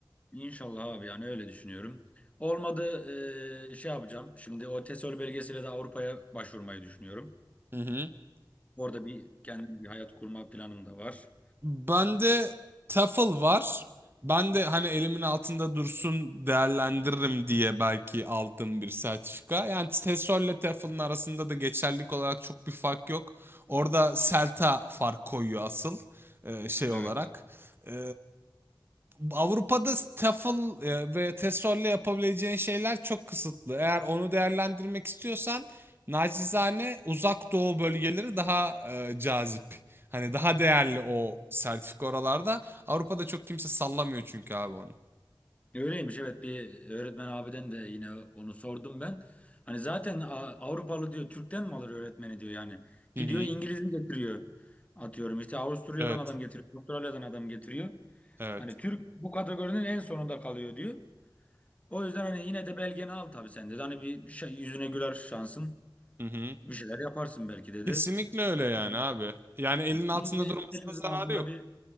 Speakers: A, on the left (about 15°); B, on the right (about 30°).
A: İnşallah abi yani öyle düşünüyorum. Olmadı e, şey yapacağım. Şimdi o TESOL belgesiyle de Avrupa'ya başvurmayı düşünüyorum.
B: Hı hı.
A: Orada bir kendim bir hayat kurma planım da var.
B: Bende Tafel var. Ben de hani elimin altında dursun değerlendiririm diye belki aldığım bir sertifika. Yani TESOL ile Tafel'ın arasında da geçerlilik olarak çok bir fark yok. Orada Selta fark koyuyor asıl e, şey
A: Evet.
B: olarak. E, Avrupa'da TEFL e, ve TESOL ile yapabileceğin şeyler çok kısıtlı. Eğer onu değerlendirmek istiyorsan nacizane Uzak Doğu bölgeleri daha e, cazip. Hani daha değerli o sertifika oralarda. Avrupa'da çok kimse sallamıyor çünkü abi onu.
A: Öyleymiş evet bir öğretmen abiden de yine onu sordum ben. Hani zaten A- Avrupalı diyor Türk'ten mi alır öğretmeni diyor yani. Gidiyor
B: Hı hı.
A: İngiliz'i getiriyor. Atıyorum işte Avusturya'dan
B: Evet.
A: adam getiriyor. Avustralya'dan adam getiriyor.
B: Evet.
A: Hani Türk bu kategorinin en sonunda kalıyor diyor. O yüzden hani yine de belgeni al tabii sen dedi. Hani bir, bir şey, yüzüne güler şansın.
B: Hı hı.
A: Bir şeyler yaparsın belki dedi.
B: Kesinlikle öyle yani
A: Hı.
B: abi. Yani elin altında
A: Yine de
B: durmasına
A: elimizin
B: zararı
A: altında
B: yok.
A: bir